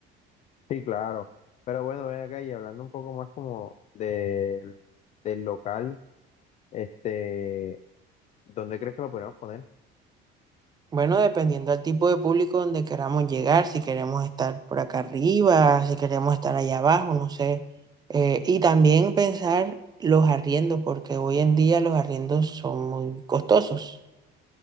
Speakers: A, on the left; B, on the right.
A: Sí, claro. Pero bueno, ven acá y hablando un poco más como del del local, este, ¿dónde crees que lo podemos poner?
B: Bueno, dependiendo del tipo de público donde queramos llegar, si queremos estar por acá arriba, si queremos estar allá abajo, no sé. Eh, y también pensar los arriendos, porque hoy en día los arriendos son muy costosos.